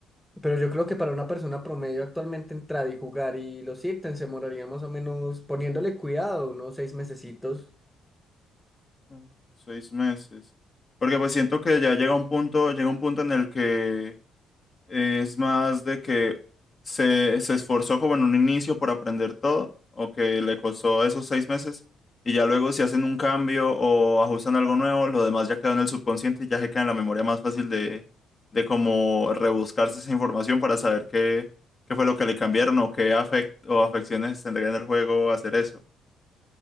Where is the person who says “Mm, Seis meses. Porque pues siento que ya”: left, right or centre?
Left